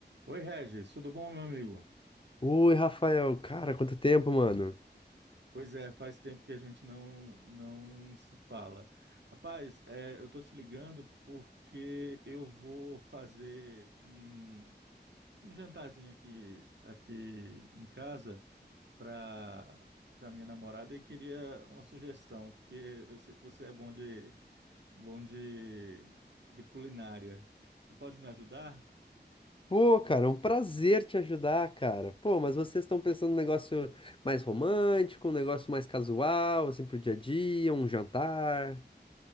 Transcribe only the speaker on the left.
Oi, Rafael, cara, quanto tempo, mano?
Pô, cara, é um prazer te ajudar, cara. Pô, mas vocês estão pensando num negócio mais romântico, um negócio mais casual, assim, pro dia a dia, um jantar?